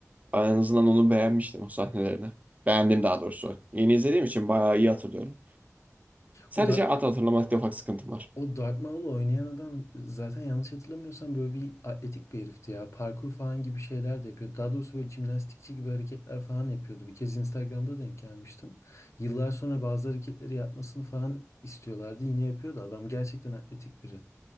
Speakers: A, on the right; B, on the left.
A: Ben en azından onu beğenmiştim o sahnelerini. Beğendim daha doğrusu. Yeni izlediğim için bayağı iyi hatırlıyorum. Sadece
B: O da
A: at hatırlamakta ufak sıkıntım var.
B: O Darth Maul'u oynayan adam zaten yanlış hatırlamıyorsam böyle bir atletik bir herifti ya. Parkur falan gibi şeyler de yapıyordu. Daha doğrusu böyle jimnastikçi gibi hareketler falan yapıyordu. Bir kez Instagram'da denk gelmiştim. Yıllar sonra bazı hareketleri yapmasını falan istiyorlardı. Yine yapıyordu. Adam gerçekten atletik biri.